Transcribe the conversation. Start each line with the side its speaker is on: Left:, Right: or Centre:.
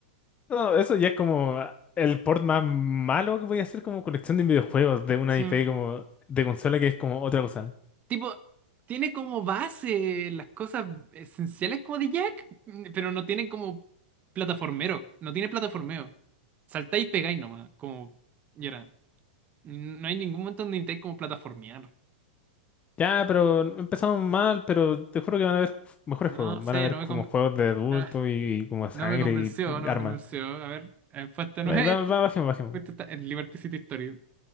Left: no, eso ya es como el port más malo que voy a hacer como colección de videojuegos de una
Right: sí.
Left: IP como de consola que es como otra cosa.
Right: Tipo, tiene como base las cosas esenciales como de Jack, mm, pero no tiene como plataformero, no tiene plataformeo. Saltáis y pegáis nomás, como y ahora, No hay ningún momento donde intentáis como plataformear.
Left: Ya, pero empezamos mal, pero te juro que van a haber mejores
Right: No
Left: juegos.
Right: sé,
Left: Van a haber
Right: no
Left: como
Right: me, con-
Left: juegos de adulto
Right: ah,
Left: y, y como sangre
Right: no me convenció,
Left: y
Right: no
Left: armas.
Right: me convenció. A ver, eh, puesto 9,
Left: Va, va,
Right: <laughs> esto,
Left: va, bajemos, bajemos.
Right: puesto está, el Liberty City Story.